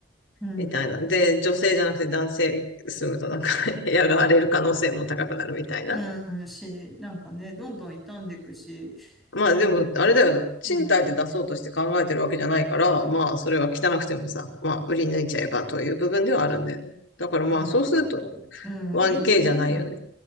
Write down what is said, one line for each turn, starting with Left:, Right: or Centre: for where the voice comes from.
Centre: うん。
Left: みたいな。で、女性じゃなくて男性住むとなんか <laughs> 部屋が荒れる可能性も高くなるみたいな。
Centre: うん、し、なんかね、どんどん傷んでいくし、
Left: まあでも、
Centre: なんだろうな。
Left: あれだよ。賃貸で出そうとして考えてるわけじゃないから、
Centre: うん。
Left: まあそれは汚くてもさ、まあ売り抜いちゃえばという部分ではあるんだよね。だからまあそうすると
Centre: まあだから、うん、
Left: 1K
Centre: 売り抜くまでの、
Left: じゃないよね。